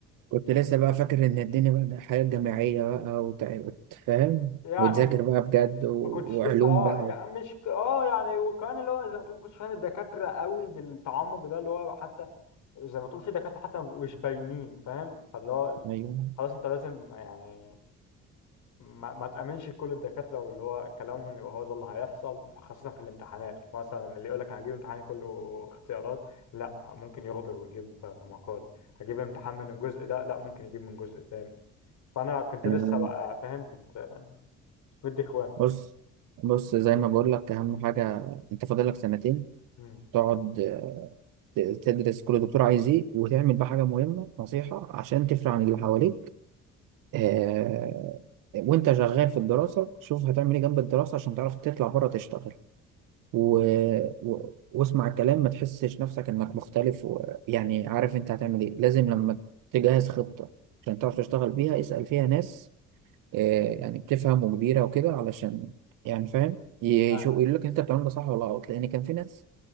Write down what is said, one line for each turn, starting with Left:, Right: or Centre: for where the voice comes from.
Right: كنت لسه بقى فاكر ان الدنيا بقى حياه جامعيه بقى وتع- وتفهم
Left: يعني
Right: وتذاكر
Left: ما
Right: بقى بجد و...
Left: كنتش
Right: وعلوم
Left: لسه اه
Right: بقى
Left: يعني
Right: و...
Left: مش ك- اه يعني وكمان اللي هو زي ما تقول ما كنتش فاهم الدكاتره قوي بالتعمق ده اللي هو حتى زي ما تقول في دكاتره حتى ما بيبقوش باينين فاهم فاللي هو
Right: ايوه
Left: خلاص انت لازم يعني ما, ما تامنش لكل الدكاتره واللي هو كلامهم يبقى هو ده اللي هيحصل خاصه في الامتحانات مثلا اللي يقول لك انا هجيب امتحاني كله اختيارات لا ممكن يغدر ويجيب مقال هجيب امتحان من الجزء ده لا ممكن يجيب من جزء تاني فانا كنت
Right: انا
Left: لسه بقى فاهم كنت مدي اخوان
Right: بص
Left: يعني.
Right: بص زي ما بقول لك اهم حاجه انت فاضل لك سنتين
Left: امم
Right: تقعد آه، ت- تدرس كل دكتور عايز ايه وتعمل بقى حاجه مهمه نصيحه عشان تفرق عن اللي حواليك آه، وانت شغال في الدراسة شوف هتعمل ايه جنب الدراسة عشان تعرف تطلع بره تشتغل و... و... واسمع الكلام ما تحسش نفسك انك مختلف و... يعني عارف انت هتعمل ايه لازم لما تجهز خطة عشان تعرف تشتغل بيها اسأل فيها ناس آه، يعني بتفهم وكبيرة وكده علشان يعني فاهم يشوف
Left: أيوة.
Right: يقول لك انت بتعمل ده صح ولا غلط لان كان في ناس